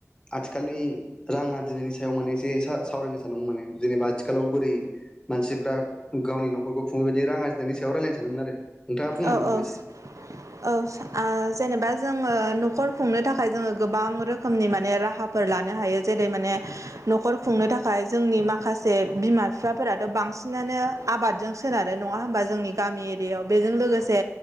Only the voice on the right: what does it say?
औ
औ
औ आ जेनेबा जोङो न'खर खुंनो थाखाय जोङो गोबां रोखोमनि माने राहाफोर लानो हायो जेरै माने न'खर खुंनो थाखाय जोंनि माखासे बिमा बिफाफोराथ' बांसिनानो आबादजों सोनारो नङा होमबा जोंनि गामि एरियायाव बेजों लोगोसे